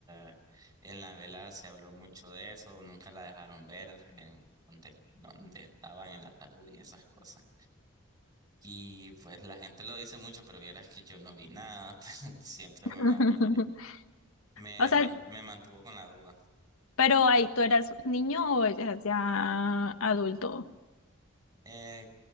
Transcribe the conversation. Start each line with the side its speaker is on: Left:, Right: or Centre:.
Right: a- en la vela se habló mucho de eso, nunca la dejaron ver en donde, donde estaba en el ataúd y esas cosas. Y pues la gente lo dice mucho, pero vieras que yo no vi nada, <laughs> siempre
Left: <laughs>
Right: me, ma- me Me,
Left: O sea,
Right: man- me mantuvo con la duda.
Left: pero ahí tú eras niño o eras ya adulto.
Right: Eh,